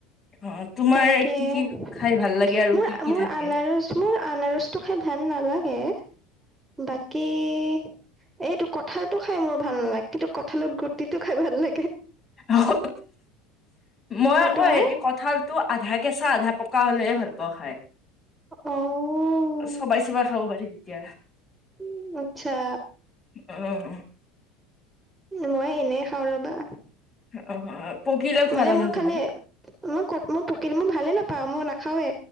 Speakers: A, on the left (about 25°); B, on the right (about 15°).
A: অঁ অ' তোমাৰ
B: তাকে।
A: কি কি
B: মোৰ
A: খাই ভাল লাগে আৰু কি কি
B: মোৰ
A: থাকে
B: আনাৰস মোৰ আনাৰসটো খাই ভাল নালাগে- বাকী- এইটো কঁঠালটো খাই মোৰ ভাল নালাগ। কিন্তু, কঁঠালৰ গুটিটো খাই ভাল লাগে।
A: অ হ মই
B: আৰু
A: আক
B: তোমাৰ
A: হেৰি কঠাল- টো আধা কেঁচা আধা পকা হ'লেহ ভাল পাওঁ খাই।
B: অঁঅ'
A: চবাই চবাই খাব পাৰি তেতিয়া।
B: উম' আৎচ্ছা।
A: অঁ অঁ।
B: মই এনেই খাওঁ ৰবা।
A: অহ অ' পকিলে খোৱা
B: মানে
A: তাৰমানে
B: মই খালে
A: তুমি
B: মই কত মোৰ পুকিল মই ভালে নাপাওঁ মই নাখাওৱে।